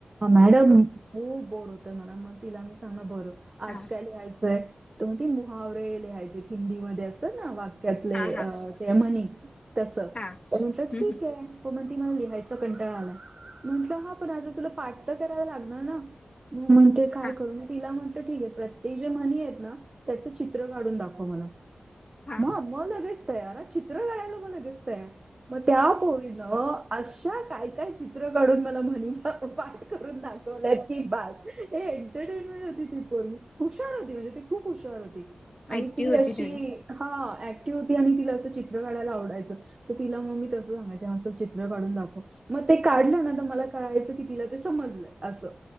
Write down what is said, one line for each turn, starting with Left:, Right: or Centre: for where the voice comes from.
Right: मॅडम खूप बोर होतय मला मग तिला मी सांगण बर आज
Left: हा
Right: काय लिहायच तर मग ती मुहावरे लिहायचे हिंदीमध्ये असत ना वाक्यातले
Left: हा हा
Right: ते म्हणी तस म्हटलं
Left: हा हम्म
Right: ठीक आहे. प मग ती मला लिहायच कंटाळा आलाय म्हंटलं ह पण आता तुला पाठ तर कराव लागणार ना मग म्हणते
Left: हम्म
Right: काय
Left: हा
Right: करू तिला म्हटलं ठीक आहे प्रत्येक जे म्हणी आहेत ना त्याच चित्र काढून दाखव मला.
Left: हा
Right: म मग लगेच तयार चित्र काढायला मग लगेच तयार मग त्या पोरींन अशा काय काय चित्र काढून मला म्हणी करून दाखवल्यात की बस हे एंटरटेनमेंट होती ती पोरगी हुशार होती. म्हणजे ती खूप हुशार होती. आणि
Left: ऍक्टिव
Right: ती
Left: होती
Right: अशी
Left: थोडी
Right: हा ती होती आणि तिला असं चित्र काढायला आवडायचं, तर तिला मग मी तसं सांगाय ह असं चित्र काढून दाखव. मग ते काढलं ना मला कळायचं की तिला ते समजलंय अस